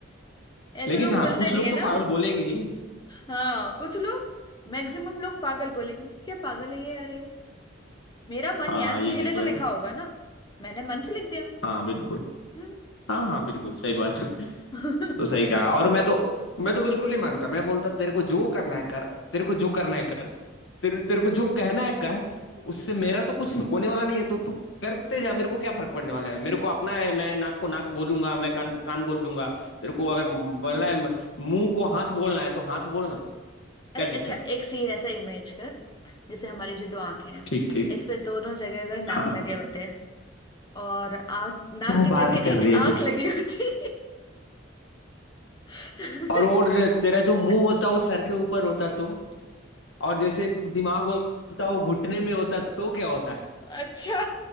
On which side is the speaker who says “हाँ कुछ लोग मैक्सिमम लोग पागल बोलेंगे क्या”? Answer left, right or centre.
Left